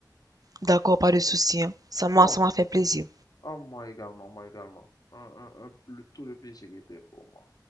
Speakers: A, on the right; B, on the left.
A: D'accord, pas de souci, hein. Ça m'a,
B: Bon,
A: ça m'a fait plaisir.
B: à moi également, moi également. Un- un- un- le- tout le plaisir était pour moi.